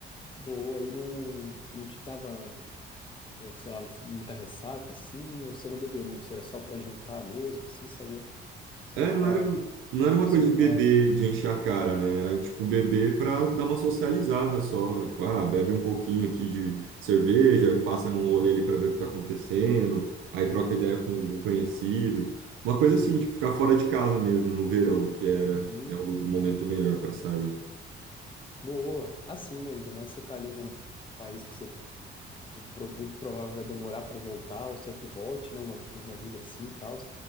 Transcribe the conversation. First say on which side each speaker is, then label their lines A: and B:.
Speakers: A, on the left; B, on the right.
A: boa, e não, não te dava, eh, sei lá, muita ressaca, assim, ou você não bebia muito, você era só pra jantar mesmo, assim, saía só
B: É,
A: lá pra
B: não era, não era
A: observar
B: uma coisa de beber,
A: ali.
B: de encher a cara, né? Era tipo beber para dar uma socializada só. Tipo, ah, bebe um pouquinho aqui de cerveja, passa num rolê ali para ver o que tá acontecendo, aí troca ideia com algum conhecido. Uma coisa assim, tipo, ficar fora de casa mesmo no verão, que era
A: Entendi.
B: é o o momento melhor para sair.
A: Boa, assim, né? Ainda mais você tá ali num país que você pro- pro- muito provável vai demorar pra voltar, ou se é que volte, né? Uma vez na vida assim e tal.